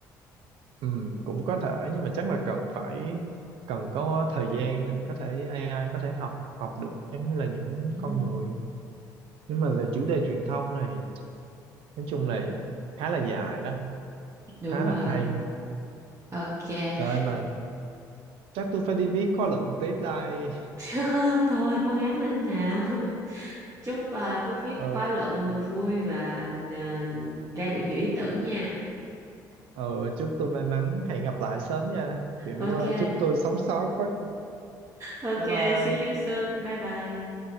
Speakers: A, on the right; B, on the right.
A: ừ, cũng có thể nhưng mà chắc là cần phải cần có thời gian để có thể ai ai có thể học học được giống như là những
B: ừ,
A: con người nhưng mà về chủ đề truyền thông này nói chung là khá là dài đó
B: đúng
A: khá
B: rồi
A: là hay
B: ok
A: trời ơi mà chắc tôi phải đi viết khóa luận tiếp đây
B: <laughs> thôi cố gắng lên nào Chúc à, Phú viết
A: ờ
B: khóa luận vui và à, ra được nhiều ý tưởng nha.
A: ờ chúc tôi may mắn hẹn gặp lại sớm nha kiểu
B: Ok,
A: ờ, chúc tôi sống sót quá
B: ok,
A: bye bye
B: see you soon. Bye bye.